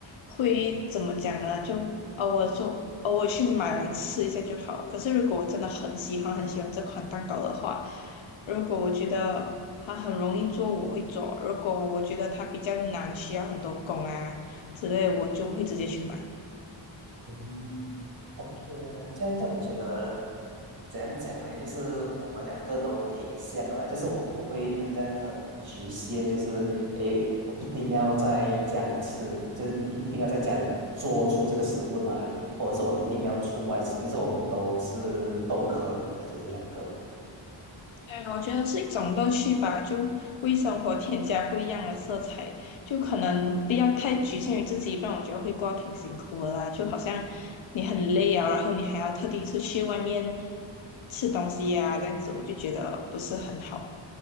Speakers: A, on the left (about 75°); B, on the right (about 50°).
A: 会怎么讲呢？就偶尔做，偶尔去买来吃一下就好。可是如果我真的很喜欢很喜欢这款蛋糕的话，如果我觉得它很容易做，我会做；如果我觉得它比较难，需要很多工啊之类，我就会直接去买。
B: 嗯，OK 啊，这样这样我觉得怎样讲呢？就是我们两个都挺像的啦，就是我们不会好像很局限，就是诶，我一定要在家里吃，就是一一定要在家里做出这个食物来，或者是我一定要出外吃，就是我们都是都可以的，其实两个。
A: 对，我觉得是一种乐趣吧，就为生活添加不一样的色彩，就可能不要太局限于自己，不然我觉得会过得挺辛苦的啦。就好像你很累啊，然后你还要特地出去外面吃东西呀、啊，这样子我就觉得不是很好。